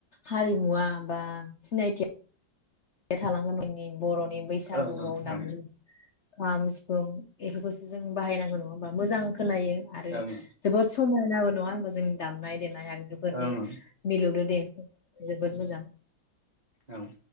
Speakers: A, on the left (about 55°); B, on the right (about 40°).
A: हारिमुवा बा सिनायथिया बे थालांगोन नोंनि बरनि बैसागु
B: ओं
A: बाव दामग्रा
B: ओं
A: खम सिफु फुं इफोरखौसो जों बाहायनांगौ नङा होमबा मोजां खोनायो आरो
B: ओं ओं
A: जोबोद समायना मोनो नङा होनोमबा जोंनि दामनाय देनाय आंगजुफोरनि
B: ओं
A: मिलौनो देंखो जोबोद मोजां
B: औ